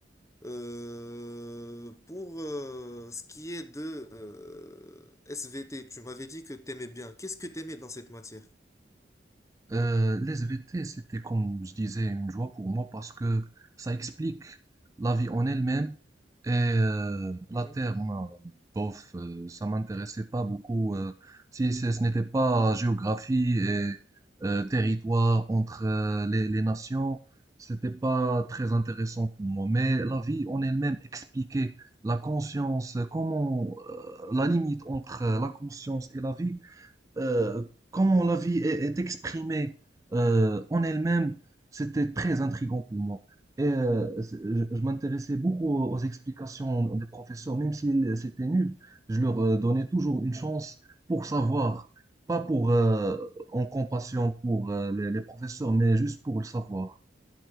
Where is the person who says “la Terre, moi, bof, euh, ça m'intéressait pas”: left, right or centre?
Right